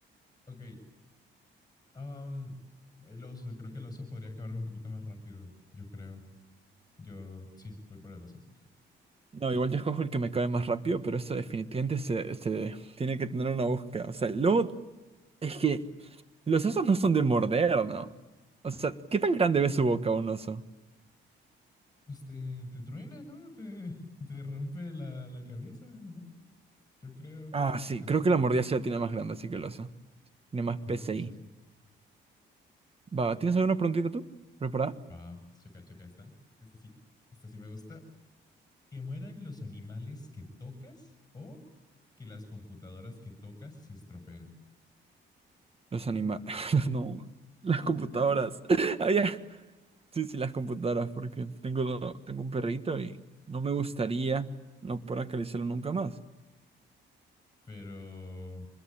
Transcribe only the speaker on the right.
No, igual yo escojo el que me cae más rápido, pero eso definitivamente se, se tiene que tener una búsqueda. O sea, el lobo Es que los osos no son de morder, ¿no? O sea, ¿qué tan grande ve su boca un oso?
Ah, sí,
creo que la mordida sí la tiene más grande, así que el oso. Tiene más
PCI.
Va, ¿tienes alguna preguntita tú? ¿Preparada?
Los animales. <laughs> No, las
computadoras. <laughs> Ah, ya. Sí, sí, las computadoras, porque tengo, tengo un perrito y no me gustaría no poder acariciarlo nunca más.